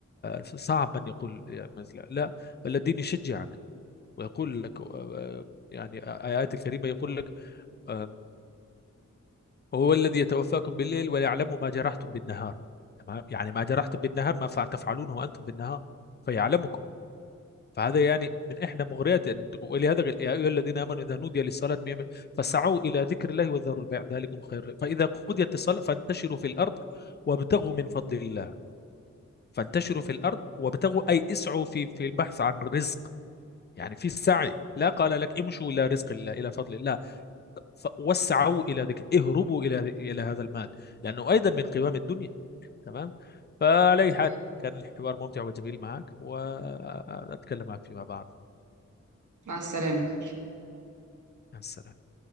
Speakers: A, on the left; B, on the right.
A: فصعب أن يقول يعني مثل لا بل الدين يشجعك ويقول لك آه، آه، يعني آه، آيات الكريمة يقول لك آه، هو الذي يتوفاكم بالليل ويعلم ما جرحتم بالنهار تمام يعني ما جرحتم بالنهار ما فع- تفعلونه وأنتم بالنهار فيعلمكم فهذا يعني من إحدى مغريات أن تقول- ولهذا قال يا أيها الذين آمنوا إذا نودي للصلاة من يوم- فسعوا إلى ذكر الله وذروا البيع ذلكم خير لكم فإذا قضيت الصلاة فانتشروا في الأرض وابتغوا من فضل الله فانتشروا في الأرض وابتغوا أي اسعوا في في البحث عن رزق يعني في السعي لا قال لك امشوا إلى رزق الله إلى فضل الله فوسعوا الى ذكر اهربوا الى الى هذا المال لانه ايضا من قوام الدنيا تمام فعلى اي
B: تمام
A: حال كان الحوار ممتع وجميل معك واتكلم معك فيما بعد
B: مع السلامه
A: مع السلامه